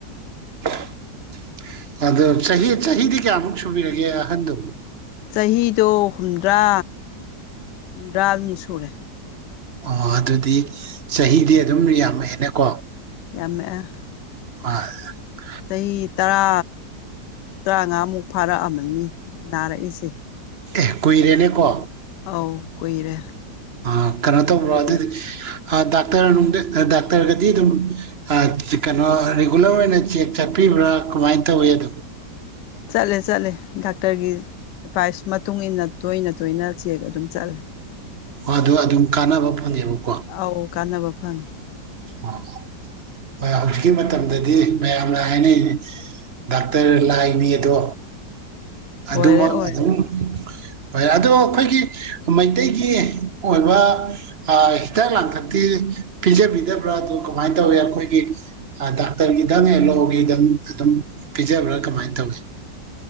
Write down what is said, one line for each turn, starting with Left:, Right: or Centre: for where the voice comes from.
Right: <unintelligible> ꯑꯗꯣ ꯆꯍꯤ ꯆꯍꯤꯗꯤ ꯀꯌꯥꯃꯨꯛ ꯁꯨꯕꯤꯔꯒꯦ ꯑꯍꯟꯗꯣ
Left: ꯆꯍꯤꯗꯣ ꯍꯨꯝꯗ꯭ꯔꯥ ꯍꯨꯝꯗ꯭ꯔꯥꯃꯨꯛ ꯁꯨꯔꯦ
Right: ꯑꯣ ꯑꯗꯨꯗꯤ ꯆꯍꯤꯗꯤ ꯑꯗꯨꯝ ꯌꯥꯝꯃꯛꯑꯦꯅꯦꯀꯣ
Left: ꯌꯥꯝꯃꯛꯑꯦ
Right: <unintelligible>
Left: ꯆꯍꯤ ꯇꯔꯥ ꯇ꯭ꯔꯥꯉꯥꯃꯨꯛ ꯐꯥꯔꯛꯑꯝꯃꯅꯤ ꯅꯥꯔꯛꯏꯁꯦ
Right: ꯑꯦ ꯀꯨꯏꯔꯦꯅꯦ ꯀꯣ
Left: ꯑꯧ ꯀꯨꯏꯔꯦ
Right: ꯑ ꯀꯩꯅꯣ ꯇꯧꯕ꯭ꯔꯣ
Left: ꯑꯗꯨꯅ
Right: ꯑꯗꯨꯗꯤ ꯑ ꯗꯥꯛꯇꯔ ꯅꯨꯡ ꯗꯥꯛꯇꯔꯒꯗꯤ ꯑꯗꯨꯝ ꯑ ꯀꯅꯣ ꯔꯤꯒꯨꯂꯔ ꯑꯣꯏꯅ ꯆꯦꯛ ꯆꯠꯄꯤ ꯕ꯭ꯔ ꯀꯃꯥꯏꯅ ꯇꯧꯋꯤ ꯑꯗꯨꯝ
Left: ꯆꯠꯂꯦ ꯆꯠꯂꯦ ꯗꯥꯛꯇꯔꯒꯤ ꯑꯦꯚꯥꯏꯁ ꯃꯇꯨꯡ ꯏꯟꯅ ꯇꯣꯏꯅ ꯇꯣꯏꯅ ꯆꯦꯛ ꯑꯗꯨꯝ ꯆꯠꯂꯦ
Right: ꯑꯗꯨ ꯑꯗꯨꯝ ꯀꯥꯟꯅꯕ ꯐꯪꯉꯦꯕꯀꯣ
Left: ꯑꯧ ꯀꯥꯟꯅꯕ ꯐꯪꯉꯤ
Right: ꯑꯣ ꯍꯣꯏ ꯍꯧꯖꯤꯛꯀꯤ ꯃꯇꯝꯗꯗꯤ ꯃꯌꯥꯝꯅ ꯍꯥꯏꯅꯩ ꯗꯥꯛꯇꯔ ꯂꯥꯏꯅꯤ ꯑꯗꯣ ꯑꯗꯨꯃꯛ
Left: ꯑꯣꯏꯔꯦ ꯑꯣꯏꯔꯦ
Right: ꯑꯗꯨꯝ ꯍꯣꯏ ꯑꯗꯣ ꯑꯩꯈꯣꯏꯒꯤ ꯃꯩꯇꯩꯒꯤ ꯑꯣꯏꯕ ꯍꯤꯗꯥꯛ ꯂꯥꯡꯊꯛꯇꯤ ꯄꯤꯖꯕꯤꯗꯕ꯭ꯔꯥ ꯑꯗꯨ ꯀꯃꯥꯏ ꯇꯧꯋꯤ ꯑꯩꯈꯣꯏꯒꯤ ꯗꯥꯛꯇꯔꯒꯤꯗꯪ ꯑꯦꯂꯣꯒꯤꯗꯪ ꯗꯪ ꯄꯤꯖꯕ꯭ꯔꯥ ꯀꯃꯥꯏ ꯇꯧꯋꯤ